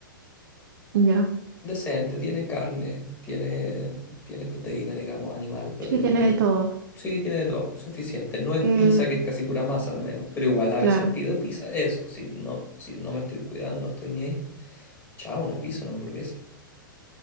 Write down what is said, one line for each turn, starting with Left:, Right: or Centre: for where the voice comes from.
Right: ya.
Left: Decente, tiene carne, tiene, tiene proteína, digamos, animal, pero
Right: Sí,
Left: tiene
Right: tiene
Left: proteína.
Right: de todo.
Left: Sí, tiene de todo, suficiente. No es
Right: Eh,
Left: pizza, que es casi pura masa al menos, pero igual a
Right: claro.
Left: veces pido pizza. Eso, si no, si no me estoy cuidando, no estoy ni ahí. Chao, una pizza, una hamburguesa.